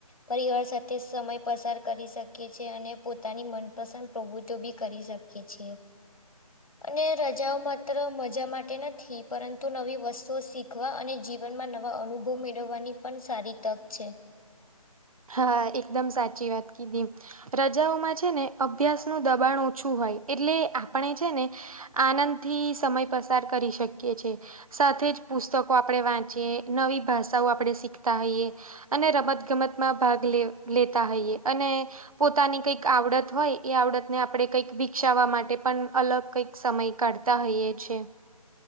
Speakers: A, on the left; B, on the right.
A: પરિવાર સાથે સમય પસાર કરી શકે છે અને પોતાની મનપસંદ પ્રવૃતિ તો બી કરી શકીએ છીએ. અને રજાઓ માત્ર મજા માટે નથી પરંતુ નવી વસ્તુઓ શીખવા અને જીવ જીવનમાં નવા અનુભવ મેળવવાની પણ સારી તક છે.
B: હા એકદમ સાચી વાત કીધી. રજાઓમાં છે ને અભ્યાસ નું દબાણ ઓછું હોય એટલે આપણે છે ને આનંદ થી સમય પસાર કરી શકીએ છે. સાથે જ પુસ્તકો આપણે વાંચીએ, નવી ભાષાઓ આપણે શીખતા હોઈએ. અને રમત ગમત માં ભાગ લે લેતા હોઈએ અને પોતાની કઈક આવડત હોય એ આવડતને આપણે કંઈક વિકસાવવા માટે પણ અલગ કઈક સમય કાઢતા હોઈએ છે.